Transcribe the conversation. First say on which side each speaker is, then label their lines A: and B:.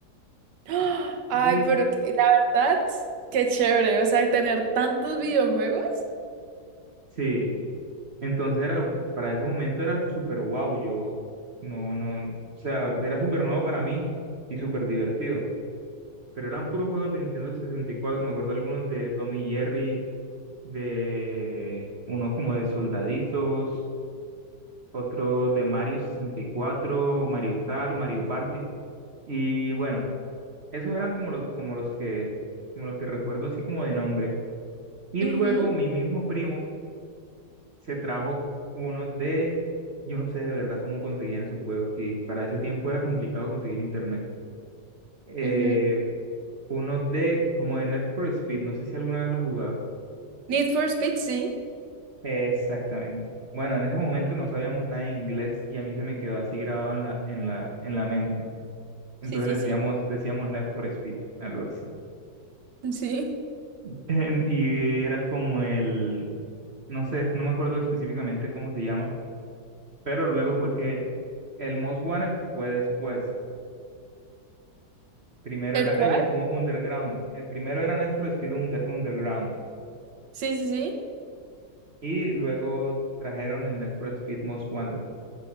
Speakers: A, on the right (about 70°); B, on the right (about 40°).
A: ¡Ah! Ay,
B: Y
A: pero que- la verdad, qué chévere. O sea, tener tantos videojuegos.
B: sí, entonces era, para ese momento era súper wow yo no, no, o sea, era súper nuevo para mí y súper divertido. Pero eran puros juegos de Nintendo 64, me acuerdo algunos de Tommy y Jerry, de unos como de soldaditos, otros de Mario 64, Mario Kart, Mario Party. Y bueno. Esos eran como los, como los que, como los que recuerdo así como de nombre. Y
A: Ujú,
B: luego mi mismo primo se trajo uno de, yo no sé de verdad cómo conseguían esos juegos, y para ese tiempo era complicado conseguir internet. Eh,
A: ujú.
B: uno de, como de Net for Speed, no sé si alguna vez lo has jugado.
A: Need for Speed, sí.
B: Exactamente. Bueno, en ese momento no sabíamos nada de inglés y a mí se me quedó así grabado en la, en la, en la mente.
A: Sí,
B: Entonces
A: sí, sí.
B: decíamos, decíamos Net for Speed, algo así.
A: Sí.
B: <laughs> Y era como el no sé, no me acuerdo específicamente cómo se llama, pero luego fue que el Most Wanted fue después. Primero
A: ¿El
B: era
A: cual?
B: eh, como Underground. eh, primero era Need for Speed Unde- Underground
A: Sí, sí, sí.
B: y luego trajeron el Need for Speed Most Wanted.